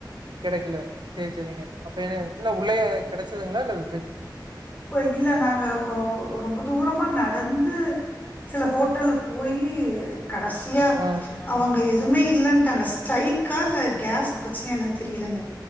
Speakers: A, on the right; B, on the left.
A: கெடைக்கல சேர் செரிங்க அப்ப என இல்ல உள்ளையா கெடச்சதுங்ளா இல்ல
B: ப இல்ல நாங்க இப்ப ரொம்ப தூரமா நடந்து சில ஹோட்டல்ல போயி கடசியா
A: ஆ
B: அவங்க எதுவுமே இல்லன்டாங்க ஸ்டைக்கா இல்ல கேஸ் பிரச்சனைய என்னன் தெரியலங்க